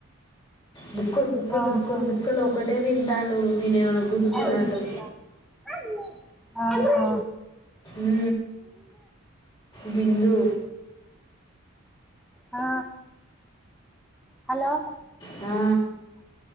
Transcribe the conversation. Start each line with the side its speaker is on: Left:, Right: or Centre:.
Left: బుక్క్కలు, బుక్కలు,
Centre: ఆహా
Left: బుక్కలు, బుక్కలు ఒకటే తింటాడు నేను ఏమనా గుంజుకున్నట్టు,
Centre: ఐదు నిమిషాలు ఆగు ఆహా
Left: ఉ బిందు,
Centre: ఆ హలో
Left: ఆ